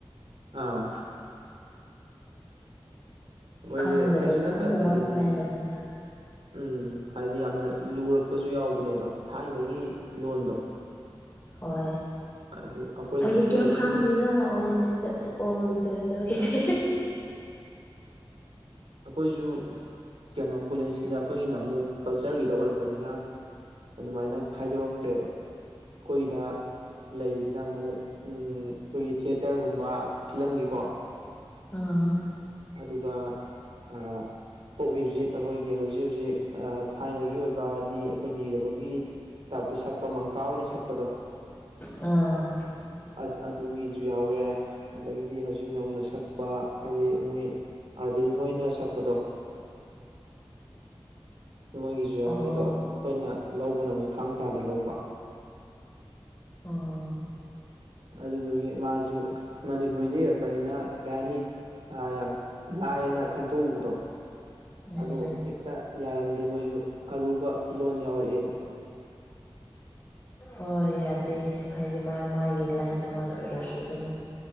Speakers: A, on the right; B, on the left.
A: ꯑꯥ ꯃꯣꯏꯁꯦ
B: ꯈꯪꯗꯕ
A: ꯀꯩꯁꯨ ꯅꯠꯇꯕꯗ
B: ꯈꯪꯗꯕ ꯉꯥꯛꯇ
A: ꯍꯥꯏꯗꯤ
B: ꯉꯥꯏꯔꯕꯅꯦ
A: ꯎꯝ ꯍꯥꯏꯗꯤ ꯌꯥꯝꯅ ꯂꯨꯔꯛꯄꯖꯨ ꯌꯥꯎꯕꯅꯦꯕ ꯊꯥꯏꯅꯒꯤ ꯂꯣꯟꯗꯣ
B: ꯍꯣꯏ
A: ꯑꯗꯨ ꯑꯩꯈꯣꯏꯅꯁꯨ
B: ꯑꯩꯗꯤ ꯀꯩꯝ ꯈꯪꯗꯦꯗ
A: ꯁꯨꯝ
B: ꯑꯣꯜ ꯂꯤꯆꯥ ꯑꯣꯜ ꯂꯤꯇꯔꯦꯆꯔꯒꯤ ꯎꯝ
A: ꯑꯈꯣꯏꯖꯨ ꯀꯩꯅꯣ ꯀꯣꯂꯦꯖꯀꯤꯗ ꯑꯩꯈꯣꯏꯒꯤꯅ ꯑꯃꯨꯛ ꯀꯜꯆꯔꯒꯤꯗ ꯑꯣꯏꯔꯛꯄꯅꯤꯅ ꯑꯗꯨꯃꯥꯏꯅ ꯈꯥꯏꯗꯣꯔꯛꯇ꯭ꯔꯦꯕ ꯈꯣꯏꯗ ꯂꯩꯔꯤꯁꯤꯅ ꯑꯃꯨꯛ ꯎꯝ ꯑꯩꯈꯣꯏꯒꯤ ꯊꯤꯌꯦꯇꯔꯒꯨꯝꯕ ꯐꯤꯂꯝꯒꯤꯀꯣ
B: ꯑꯥ
A: ꯑꯗꯨꯒ ꯑ ꯐꯣꯛ ꯃ꯭ꯌꯨꯖꯤꯛ ꯑꯩꯈꯣꯏꯒꯤ ꯍꯧꯖꯤꯛ ꯍꯧꯖꯤꯛ ꯑ ꯊꯥꯏꯅꯒꯤ ꯑꯣꯏꯕ ꯍꯥꯏꯗꯤ ꯑꯩꯈꯣꯏ ꯂꯤꯔꯕꯒꯤ ꯇꯥꯏꯞꯇ ꯁꯛꯄ ꯃꯪꯀꯥ ꯑꯣꯏꯅ ꯁꯛꯄꯗꯣ
B: ꯑꯥ
A: ꯑꯠ ꯑꯗꯨꯒꯤꯖꯨ ꯌꯥꯎꯔꯦ ꯑꯗꯩꯗꯤ ꯍꯧꯖꯤꯛ ꯅꯧꯅ ꯁꯛꯄ ꯍꯥꯏꯗꯤ ꯃꯣꯏ ꯑꯥꯔꯕꯤꯟ ꯍꯣꯏꯅ ꯁꯛꯄꯗꯣ ꯃꯣꯏꯒꯤꯖꯨ ꯌꯥꯎꯋꯤ
B: ꯑꯣ
A: ꯑꯗꯣ ꯑꯩꯈꯣꯏꯅ ꯂꯧꯕꯅ ꯑꯃꯨꯛ ꯊꯥꯡ ꯇꯥꯗ ꯂꯧꯕ
B: ꯑꯥ
A: ꯑꯗꯨꯗꯨꯒꯤ ꯃꯥꯖꯨ ꯃꯅꯤꯄꯨꯔꯤꯗ ꯏꯔꯛꯄꯅꯤꯅ ꯀꯩ ꯍꯥꯏꯅꯤ ꯑ ꯌꯥꯝ ꯂꯥꯏꯌꯦꯅ ꯈꯟꯇꯣꯛꯎꯕꯗꯣ
B: ꯎꯝ
A: ꯑꯗꯣ ꯍꯦꯛꯇ ꯌꯥꯔꯝꯗꯦ ꯃꯣꯏꯁꯨ ꯑꯔꯨꯕ ꯂꯣꯟ ꯌꯥꯎꯔꯛꯑꯦꯕ
B: ꯍꯣꯏ ꯌꯥꯗꯦ ꯍꯥꯏꯗꯤ ꯃꯥꯏ ꯃꯥꯒꯤ ꯂꯥꯏꯟ ꯇꯉꯥꯟ ꯑꯣꯏꯔꯁꯨ ꯑꯗꯨꯝ